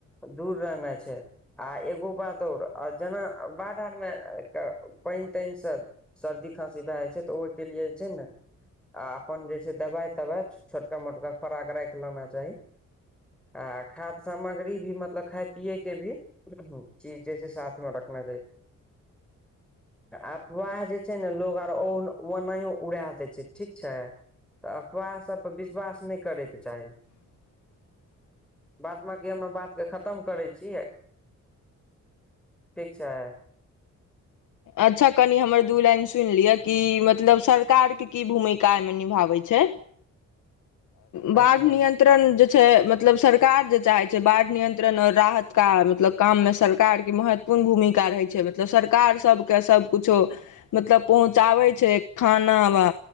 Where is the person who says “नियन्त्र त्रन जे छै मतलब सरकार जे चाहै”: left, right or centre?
Left